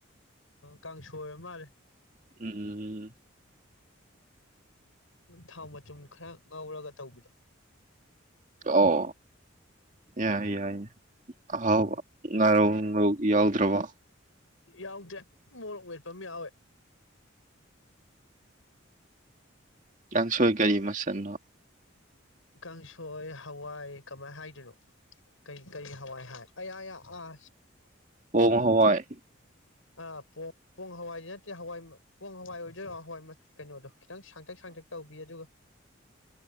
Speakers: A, on the left (about 80°); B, on the right (about 40°).
A: ꯀꯥꯡꯁꯣꯏ ꯃꯥꯜꯂꯦ
B: ꯎꯝ ꯎꯝ ꯎꯝ
A: ꯊꯥꯎ ꯃꯆꯨꯝ ꯈꯔ ꯉꯧꯔꯒ ꯇꯧꯕꯤꯔꯣ
B: ꯑꯣ ꯌꯥꯏ ꯌꯥꯏ ꯍꯥꯎ
A: ꯎꯝ
B: ꯉꯔꯣ ꯌꯥꯎꯗ꯭ꯔꯕ
A: ꯌꯥꯎꯗꯦ ꯃꯣꯔꯣꯛ ꯃꯠꯄ ꯑꯃ ꯌꯥꯎꯋꯦ
B: ꯌꯥꯝ ꯁꯣꯏ ꯀꯔꯤ ꯃꯁꯅꯣ
A: ꯀꯥꯡꯪꯁꯣꯏ ꯍꯋꯥꯏ ꯀꯃꯥꯏꯅ ꯍꯥꯏꯗꯣꯏꯅꯣ ꯀꯩ ꯀꯔꯤ ꯍꯋꯥꯏ ꯍꯥꯏ ꯑ ꯑ ꯑ ꯑꯥ
B: ꯑꯣ ꯃ ꯍꯣ ꯋꯥꯏ
A: ꯑ ꯄ ꯄꯣꯡ ꯍꯋꯥꯏꯗꯤ ꯅꯠꯇꯦ ꯍꯋꯥꯏ ꯄꯣꯡ ꯍꯋꯥꯏ ꯑꯣꯏꯗꯣꯏꯔꯣ ꯍꯋꯥꯏ ꯀꯩꯅꯣꯗꯣ ꯈꯤꯇꯪ ꯁꯥꯡꯇꯛ ꯁꯥꯡꯇꯛ ꯇꯧꯕꯤ ꯑꯗꯨꯒ